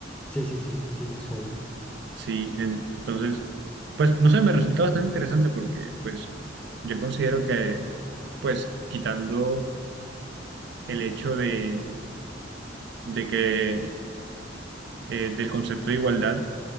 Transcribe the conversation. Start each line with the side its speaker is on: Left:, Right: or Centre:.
Centre: sí, sí, sí, sí, me suena.
Right: Sí, en- entonces, pues no sé, me resulta bastante interesante porque pues yo considero que pues quitando el hecho de, de que eh, del concepto de igualdad